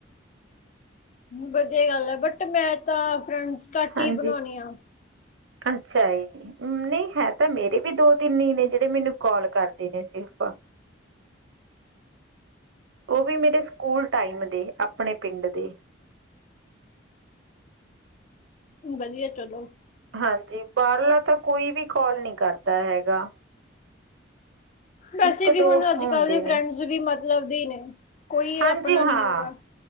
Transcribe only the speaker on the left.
ਵਧੀਆ ਗੱਲ ਆ ਬਟ ਮੈਂ ਤਾਂ ਫਰੈਂਡਸ ਘੱਟ
ਹੀ ਬਣਾਉਨੀਂ ਆ।
ਵਧੀਆ ਚਲੋ।
ਵੈਸੇ
ਵੀ
ਹੁਣ ਅੱਜ-ਕੱਲ
ਦੇ ਫਰੈਂਡਸ
ਵੀ ਮਤਲਬ ਦੇ ਨੇ। ਕੋਈ ਇਹ
ਆਪਣਾ
ਨੀ ਹੈਗਾ